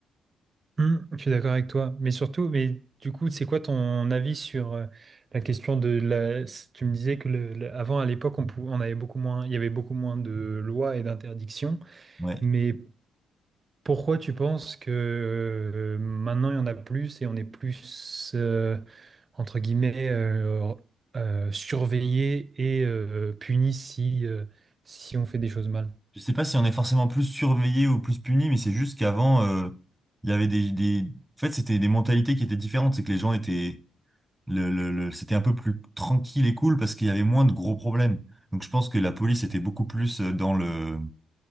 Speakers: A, on the right; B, in the centre.
A: Hmm, je suis d'accord avec toi, mais surtout, mais du coup, c'est quoi ton avis sur euh, la question de la... s- Tu me disais que le- le- avant, à l'époque, on, pou- on avait beaucoup moins, il y avait beaucoup moins de lois et d'interdictions,
B: Ouais.
A: mais pourquoi tu penses que euh, maintenant il y en a plus et on est plus euh, entre guillemets euh, euh, surveillé et euh, puni si euh, si on fait des choses mal?
B: Je sais pas si on est forcément plus surveillé ou plus puni, mais c'est juste qu'avant, euh, il y avait des, des... En fait, c'était des mentalités qui étaient différentes. C'est que les gens étaient... Le, le, le- C'était un peu plus tranquille et cool parce qu'il y avait moins de gros problèmes. Donc je pense que la police était beaucoup plus euh, dans le